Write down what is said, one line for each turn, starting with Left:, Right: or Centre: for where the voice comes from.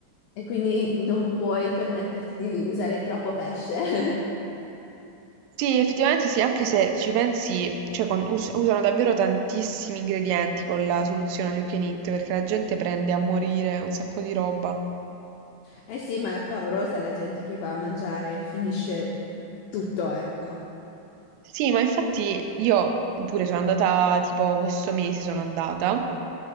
Left: E quindi non puoi permetterti di usare troppo pesce. <laughs>
Right: Sì, effettivamente sì, anche se ci pensi, cioè con- us- usano davvero tantissimi ingredienti con la soluzione all you can eat, perché la gente prende a morire un sacco di roba.
Left: Eh sì, ma è paurosa la gente che va a mangiare e finisce tutto, ecco.
Right: Sì, ma infatti io pure sono andata, tipo questo mese sono andata